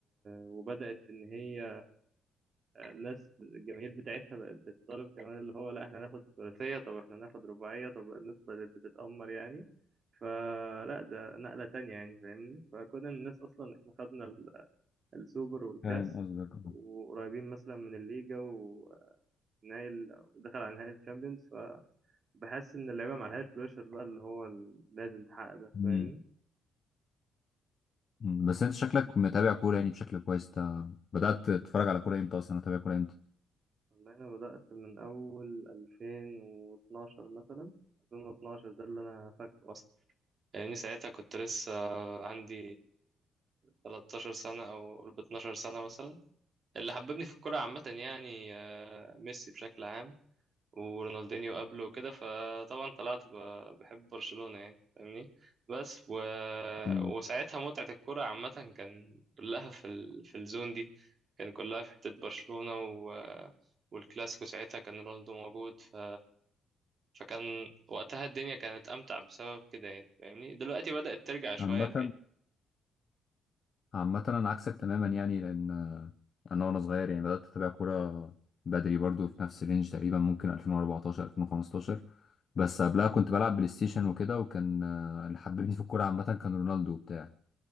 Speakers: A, on the right (about 50°); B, on the left (about 45°).
A: وبدأت إن هي الناس الجماهير بتاعتها بقت بتطالب كمان اللي هو لا احنا هناخد ثلاثية طب احنا هناخد رباعية طب الناس بدأت بتتأمر يعني فلا ده نقلة تانية يعني فاهمني فكنا الناس أصلا احنا خدنا ال- السوبر والكاس
B: فاهم قصدك
A: وقريبين مثلا من الليجا ونهائي ال- ودخل على نهائي الشامبيونز فبحس إن اللعيبة ما عليهاش بريشر بقى اللي هو ال- لازم تحقق ده
B: اه
A: فاهمني
B: مم. بس انت شكلك متابع كورة يعني بشكل كويس انت بدأت تتفرج على كورة امتى اصلا تتابع كورة امتى
A: والله أنا بدأت من أول 2012 مثلا 2012 ده اللي أنا فاكره أصلا لأني ساعتها كنت لسه عندي 13 سنة أو قرب 12 سنة مثلا اللي حببني في الكورة عامة يعني آه، ميسي بشكل عام ورونالدينيو قبله وكده فطبعا طلعت ب- بحب برشلونة يعني فاهمني بس و...
B: مم.
A: وساعتها متعة الكرة عامة كان كلها في ال... في الزون دي كان كلها في حتة برشلونة و... والكلاسيكو ساعتها كان رونالدو موجود ف... فكان وقتها الدنيا كانت أمتع بسبب كده يعني فاهمني دلوقتي بدأت ترجع شوية
B: عامة عامة انا عكسك تماما يعني لان آه، انا وانا صغير يعني بدأت اتابع كورة بدري برضو في نفس الرينج تقريبا ممكن 2014 2015 بس قبلها
A: الحقيقة
B: كنت بلعب بلاي ستيشن وكده وكان آه، اللي حببني في الكورة عامة كان رونالدو وبتاع